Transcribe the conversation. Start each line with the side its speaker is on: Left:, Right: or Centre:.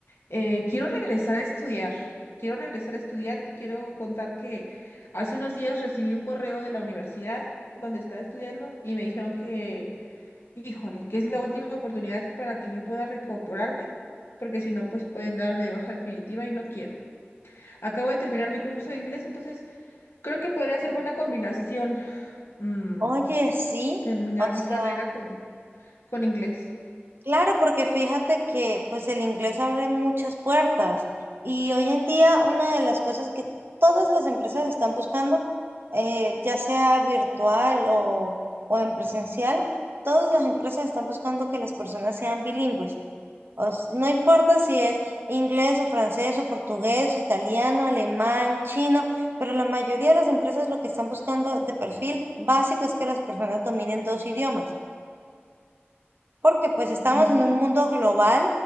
Left: Eh, quiero regresar a estudiar, quiero regresar a estudiar, te quiero contar que hace unos días recibí un correo de la universidad donde estaba estudiando y me dijeron que Híjole, que es la última oportunidad para que yo pueda reincorporarme, porque si no, pues pueden darme de baja definitiva y no quiero. Acabo de terminar mi curso de inglés, entonces creo que podría ser buena combinación mm,
Right: Oye, sí,
Left: terminar
Right: o
Left: mi
Right: sea,
Left: carrera con, con inglés.
Right: claro, porque fíjate que pues el inglés abre muchas puertas y hoy en día una de las cosas que todas las empresas están buscando, eh, ya sea virtual o, o en presencial, todas las empresas están buscando que las personas sean bilingües. O s- no importa si es inglés o francés o portugués o italiano, alemán, chino, pero la mayoría de las empresas lo que están buscando de perfil básico es que las personas dominen dos idiomas, porque pues estamos
Left: Oh,
Right: en un mundo global